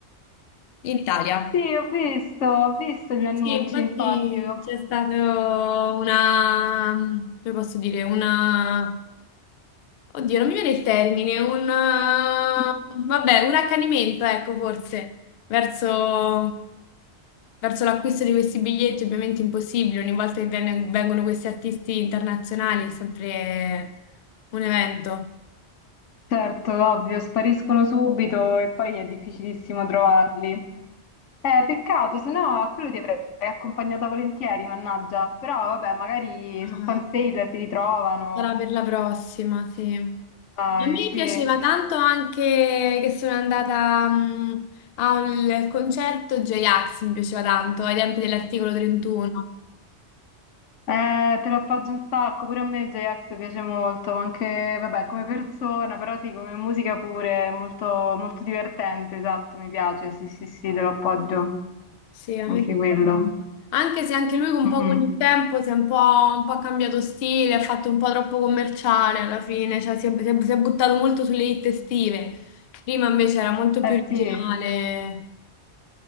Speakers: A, on the left; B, on the left.
A: in Italia.
B: Sì, ho visto, ho visto gli annunci,
A: Sì, infatti
B: infatti. io-
A: c'è stata una, come posso dire, una, oddio, non mi viene il termine, un, vabbè,
B: <laughs>
A: un accanimento, ecco, forse, verso, verso l'acquisto di questi biglietti, ovviamente impossibile, ogni volta che viene- vengono questi artisti internazionali è sempre un evento.
B: Certo, ovvio, spariscono subito e poi è difficilissimo trovarli. Eh, peccato, se no a quello ti avrei accompagnata volentieri, mannaggia. Però vabbè, magari
A: Esatto.
B: su Fansale si ritrovano.
A: Sarà per la prossima, sì. A
B: Dai,
A: me
B: sì.
A: piaceva
B: Eh,
A: tanto anche che sono andata mh, a un- al concerto J-Ax, mi piaceva tanto, ai tempi dell'articolo 31.
B: eh, te lo appoggio un sacco, pure a me J-Ax piace molto, ma anche, vabbè, come persona, però sì, come musica pure, è molto, molto divertente, esatto, mi piace, sì, sì, sì, te lo appoggio.
A: Sì, a
B: anche
A: me piaceva
B: quello.
A: tanto. Anche se anche lui un
B: Mm,
A: po'
B: mm.
A: con il tempo si è un po', un po' cambiato stile, ha fatto un po' troppo commerciale alla fine, cioè si è, si è- si è buttato molto sulle hit estive. Prima invece era molto
B: Eh
A: più originale.
B: sì,